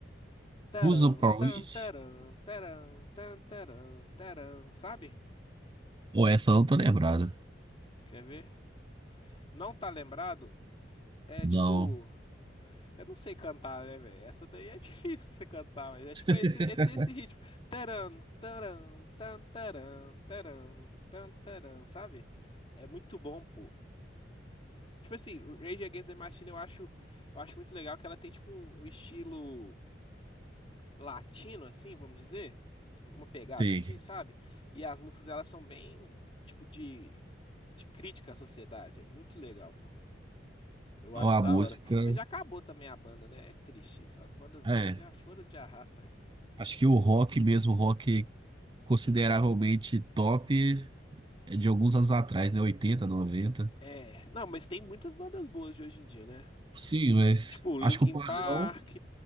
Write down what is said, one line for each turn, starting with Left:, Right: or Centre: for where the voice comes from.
Left: Taram,
Right: Busan Point?
Left: tam, taram, taram, tam, taram, taram, sabe?
Right: Ou essa eu não tô lembrado.
Left: Quer ver? Não tá lembrado? É
Right: Não,
Left: tipo. Eu não sei cantar, né, velho? Essa daí é difícil você cantar, mas é
Right: <laughs>
Left: tipo esse, esse, esse ritmo. Taran, taran, tan, taran, taran, tan, taran, sabe? É muito bom, pô. Tipo assim, Rage Against the Machine eu acho, eu acho muito legal que ela tem tipo um estilo latino, assim, vamos dizer. Uma pegada
Right: sim
Left: assim, sabe? E as músicas elas são bem, tipo, de, de crítica à sociedade. É muito legal, pô. Eu acho
Right: Ou a
Left: da
Right: música.
Left: hora. Mas já acabou também a banda, né? É triste isso. As bandas
Right: É,
Left: boas já foram de arrasta.
Right: acho que o rock mesmo, rock consideravelmente top é de alguns anos atrás, né? 80, 90.
Left: É, não, mas tem muitas bandas boas de hoje em dia, né?
Right: Sim, mas
Left: Tipo, Linkin
Right: acho que o padrão.
Left: Park,